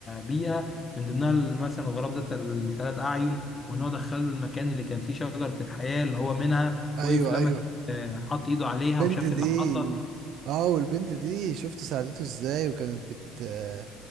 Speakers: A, on the left; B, on the right.
A: بيئة من ضمنها مثلا الغراب ذات الثلاث أعين وإن هو دخله المكان اللي كان فيه شجرة الحياة اللي هو منها
B: ايوه
A: وقف لما
B: ايوه
A: آه، حط إيده عليها
B: البنت
A: وشاف
B: دي
A: اللي حصل
B: اه والبنت دي شفت ساعدته ازاي وكانت بت آه،